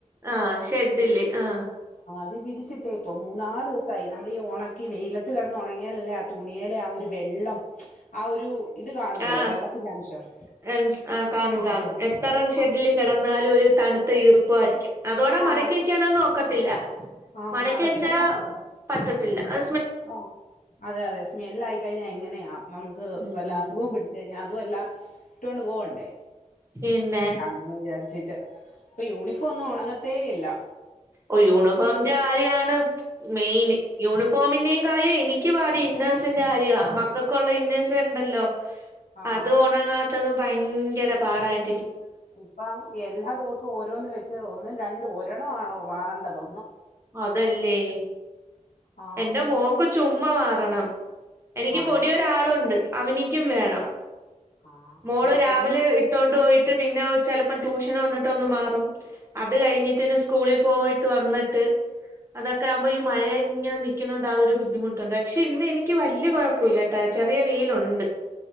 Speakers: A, on the right; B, on the left.
A: ആ ഷെഡ്ഢില് ആ
B: അത് വിരിച്ചിട്ടേക്കുവ മൂന്നാല് ദിവസായി നമ്മളീ ഈ ഒണക്കി വെയിലത്ത് കെടന്ന് ഉണങ്ങിയാലല്ലേ ആ തുണിയേലെ ആ ഒരു വെള്ളം ആ ഒരു ഇത് കാണുവല്ലോ
A: ആഹ്
B: വെള്ളത്തിന്റെ അംശം
A: <unintelligible> കാണും
B: അതാണ്
A: കാണും എത്ര ഷെഡിൽ
B: ആ
A: കെടന്നാ <unintelligible> ഒരു തണുത്ത ഈർപ്പ ആയിരിക്കും അതോടാ
B: ആ
A: മടക്കി
B: അത്
A: വെക്കാനോ നോക്കത്തില്ല
B: ആ
A: മടക്കി വെച്ചാ
B: വെക്കാം
A: പറ്റത്തില്ല അ
B: ആ അതെ അതെ സ്മെല് ആയിക്കഴിഞ്ഞാൽ എങ്ങനെയാ നമുക്ക്
A: ഉം
B: വല്ല അസുഖം പിടിച്ചേ കഴിഞ്ഞാ അതും അല്ല ഇട്ടോണ്ട് പോവണ്ടേ
A: പിന്നെ
B: അങ്ങനെ വിചാരിച്ചിട്ട് ഇപ്പൊ യൂണിഫോം ഒന്നും ഉണങ്ങത്തേ ഇല്ല
A: ഓ യൂണിഫോമിന്റെ കാര്യമാണ് മെയിൻ യൂണിഫോമിന്റെയും കാര്യം എനിക്ക് പാട് ഇന്നേഴ്സിന്റെ കാര്യം മക്കൾക്കുള്ള ഇന്നേഴ്സ് ഉണ്ടല്ലോ
B: ആ
A: അത് ഒണങ്ങാ <unintelligible> ഭയങ്കര പാടായി
B: ഇപ്പം എല്ലാ ദിവസവും ഓരോന്ന് വെച്ച് ഒന്നും രണ്ടും ഒ <unintelligible> മാറേണ്ടതോ
A: അതല്ലേ
B: ആ
A: എന്റെ മോക്ക് ചുമ്മാ വ <unintelligible> എനിക്ക്
B: ആ
A: പൊടി ഒരാളുണ്ട് അവനിക്കും വേണം
B: ആ
A: മോള്
B: ഈ
A: രാവിലെ
B: കുഞ്ഞ്
A: ഇട്ടോണ്ട് പോയിട്ട് പിന്ന ചെലപ്പം ട്യൂഷ് <unintelligible> വന്നിട്ട് ഒന്ന് മാറും അത് കഴിഞ്ഞിട്ടിന് സ്കൂളിൽ പോയിട്ട് വന്നിട്ട് അതൊക്കെ ആകുമ്പോ ഈ മഴ ഇങ്ങനെ നിൽക്കുന്നുണ്ട് അതൊരു ബുദ്ധിമുട്ടുണ്ട് പക്ഷെ ഇന്ന് എനിക്ക് വലിയ കുഴപ്പൊല്ലാട്ടാ ചെറിയ വെയിലുണ്ട്